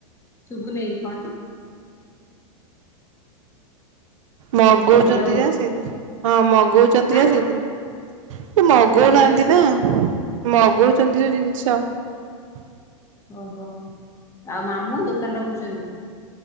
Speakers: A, on the left (about 15°); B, on the right (about 70°).
A: ଶୁଗୁନେଇଁ କଣ?
B: ମଗଉଛନ୍ତି
A: ହ୍ୟାଲୋ
B: ଯା ସେଇଥିରେ ହଁ ମଗ ଗଉଛନ୍ତି
A: ଆଁ
B: ଯୋଉ ସେଇଥିରେ ଏ ମଗଉ
A: କୋଉଥିରେ
B: ନାହାଁନ୍ତି
A: ଅଛି?
B: ନା ମଗଉଛନ୍ତି ଯୋଉ ଜିନିଷ ।
A: ଓହୋ। ଆଉ ମାମୁଁ ଦୋକାନରେ ରହୁଛନ୍ତି।